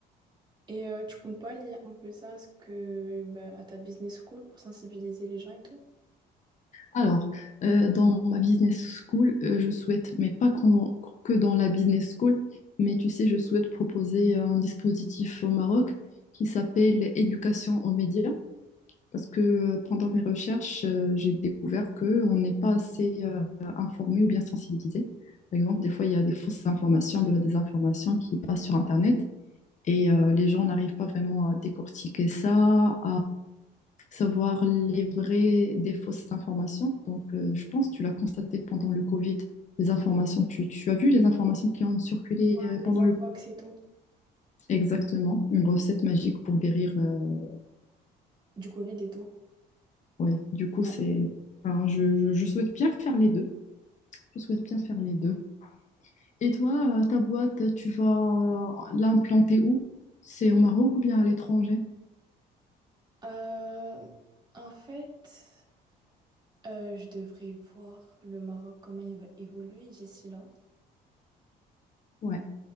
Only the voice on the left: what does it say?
Alors, euh, dans ma business school, euh, je souhaite, mais pas qu'en- que dans la business school, mais tu sais, je souhaite proposer un dispositif au Maroc qui s'appelle éducation aux médias, parce que euh, pendant mes recherches, euh, j'ai découvert qu'on n'est pas assez euh, informé ou bien sensibilisé. Par exemple, des fois, il y a des fausses informations, de la désinformation qui passe sur Internet et euh, les gens n'arrivent pas vraiment à décortiquer ça, savoir les vraies des fausses informations. Donc, euh, je pense que tu l'as constaté pendant le Covid, les informations, tu, tu as vu les informations qui ont circulé
euh,
pendant
le...
Exactement, une recette magique pour guérir. euh,
Ouais, du coup,
c'est... enfin, je, je- je souhaite bien faire les deux. Je souhaite bien faire les deux. Et toi, euh, ta boîte, tu vas l'implanter où? C'est au Maroc ou bien à l'étranger?
Ouais,